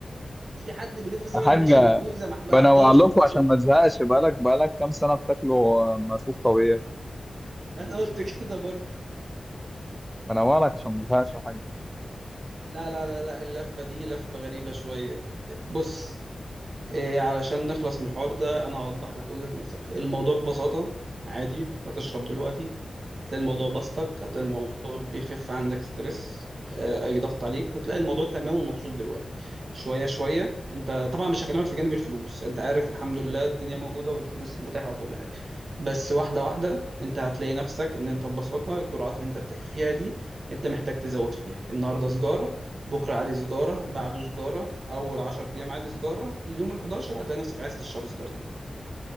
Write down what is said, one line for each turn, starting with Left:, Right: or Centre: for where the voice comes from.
Right: في حد بيلف صابع
Centre: يا حاج
Right: المحشي انه كوز يا محمد
Centre: بنوع
Right: يا عبد الله
Centre: لكم عشان ما تزهقش بقالك بقالك كام سنه بتاكلوا ملفوف طبيعي
Right: <laughs> انا قلت كده برضه
Centre: بنورك عشان ما تزهقش يا حاج
Right: لا لا لا لا اللفة دي لفة غريبة شوية بص إيه علشان نخلص من الحوار ده أنا هوضح لك وجهة نظري الموضوع ببساطة عادي هتشرب دلوقتي هتلاقي الموضوع بسطك هتلاقي الموضوع بيخف عندك ستريس آه، أي ضغط عليك وتلاقي الموضوع تمام ومبسوط دلوقتي شوية شوية أنت طبعا مش هكلمك في جانب الفلوس أنت عارف الحمد لله الدنيا موجودة والفلوس متاحة وكل حاجة بس واحدة واحدة أنت هتلاقي نفسك إن أنت ببساطة الجرعات اللي أنت بتحكي فيها دي أنت محتاج تزود فيها النهاردة سجارة بكرة عادي سجارة بعده سجارة أول 10 أيام عادي سجارة اليوم ال 11 هتلاقي نفسك عايز تشرب سجارتين